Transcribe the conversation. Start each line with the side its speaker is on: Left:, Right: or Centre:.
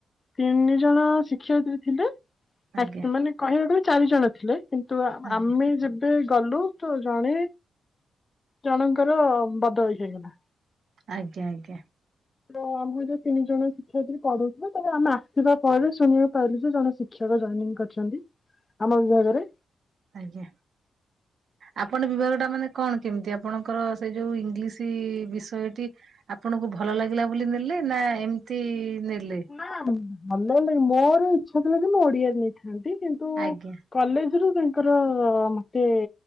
Left: ତିନି ଜଣ ଶିକ୍ଷୟିତ୍ରୀ ଥିଲେ,
Right: ଆଜ୍ଞା
Left: ମାନେ କହିବାକୁ ବି ଚାରି ଜଣ ଥିଲେ। କିନ୍ତୁ
Right: ଆଜ୍ଞା
Left: ଆମେ ଯେବେ ଗଲୁ ତ ଜଣେ ଜଣଙ୍କର ବଦଳି ହେଇଗଲା।
Right: ଆଜ୍ଞା, ଆଜ୍ଞା।
Left: ତ ଆମକୁ ଯୋଉ ତିନି ଜଣ ଶିକ୍ଷୟତ୍ରୀ ପଢଉଥିଲେ ତାପରେ ଆମେ ଆସିବା ପରେ ଶୁଣିବାକୁ ପାଇଲୁ ଯେ ଜଣେ ଶି ଶିକ୍ଷକ ଜଏନିଂ କରିଛନ୍ତି ଆମ ବିଭାଗରେ।
Right: ଆଜ୍ଞା। ଆପଣ ବିଭାଗଟା ମାନେ କଣ କେମିତି ଆପଣଙ୍କର ସେଇ ଯୋଉ ଇଂଲିଶ ବିଷୟଟି। ଆପଣଙ୍କୁ ଭଲ ଲାଗିଲା ବୋଲି ନେଲେ ନା ଏମିତି ନେଲେ?
Left: ନା ଭଲ ଭଲ ଲାଗେ ମୋର ଇଚ୍ଛା ଥିଲା କି ମୁଁ ଓଡିଆରେ ନେଇଥାନ୍ତି କିନ୍ତୁ
Right: ଆଜ୍ଞା
Left: କଲେଜରୁ ତାଙ୍କର ମତେ